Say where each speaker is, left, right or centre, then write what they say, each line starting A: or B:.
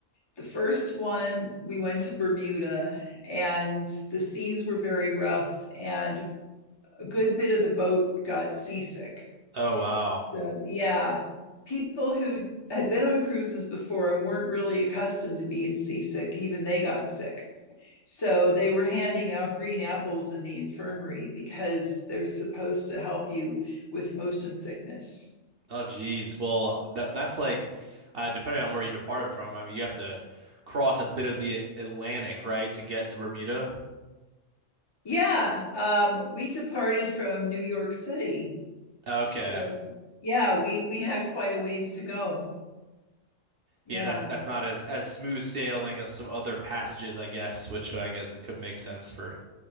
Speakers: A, on the left (about 25°); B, on the right (about 55°).
A: the first one, we went to Bermuda, and the seas were very rough, and a good bit of the boat got seasick.
B: Oh wow.
A: So, yeah, people who had been on cruises before and weren't really accustomed to being seasick, even they got sick. So they were handing out green apples in the infirmary because they're supposed to help you with motion sickness.
B: Oh, geez. Well, that that's like uh, depending on where you departed from. I mean, you have to cross a bit of the Atlantic, right, to get to Bermuda.
A: Yeah, um, we departed from New York City.
B: Okay.
A: So yeah, we we had quite a ways to go. Yeah.
B: Yeah, that's that's not as as smooth sailing as some other passages, I guess, which I guess could make sense for